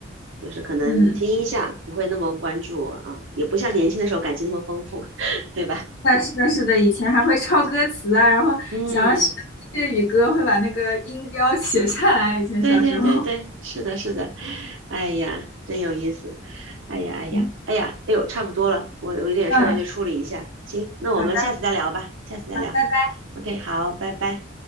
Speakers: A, on the right; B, on the left.
A: 就是可能听一下，
B: 嗯。
A: 不会那么关注啊，也不像年轻的时候感情那么丰富，<laughs> 对吧？
B: 的，是的，是的，以前还会抄歌词啊，然后想要学粤语歌，
A: 嗯，
B: 会把那个音标写下来。以前小时候，
A: 对对对对，是的，是的，哎呀，真有意思，哎呀哎呀哎呀，
B: 嗯
A: 哎呦，差不多了，我我有点事儿要去处理一下，
B: 嗯，
A: 行，那我们下次再聊吧，
B: 好的，
A: 下次再聊
B: 拜拜。
A: ，OK，好，拜拜。